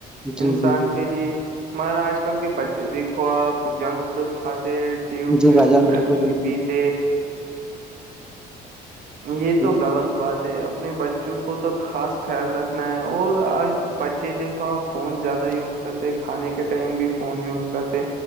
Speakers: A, in the centre; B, on the right.
A: جی
B: انسان
A: جی جی
B: کے لیے ہمارا آج کل کے بچے دیکھو آپ جنک فوس کھاتے ٹیو
A: جی
B: ویو
A: بھائی جان
B: پپ
A: بالکل
B: س
A: بالکل
B: پی ت یہ
A: جی
B: تو غلط بات ہے اپنے بچوں کو تو خاص خیال رکھنا ہے اور آج بچے دیکھو آپ فون زیادہ یوز کرتے کھانے کے ٹائم بھی فون یوز کرتے